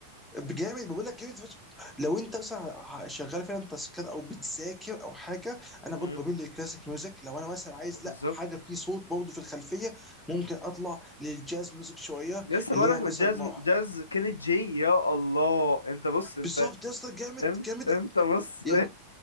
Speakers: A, in the centre; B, on the left.
A: بجامد بقول لك جامد فشخ. لو انت مثلا ه- شغال فعلا تاسكات او بتذاكر او حاجه انا
B: مم،
A: برضه بميل للكلاسيك ميوزك لو انا مثلا عايز
B: بالظبط
A: لا حاجه في صوت برضه في الخلفيه ممكن اطلع للجاز ميوزك شويه
B: لسه
A: اللي
B: بقولك
A: هو مثلا
B: جاز
A: ما
B: جاز كيني جي يا الله انت بص انت
A: بالظبط يا اسطى جامد
B: انت
A: جامد
B: انت بص
A: يا-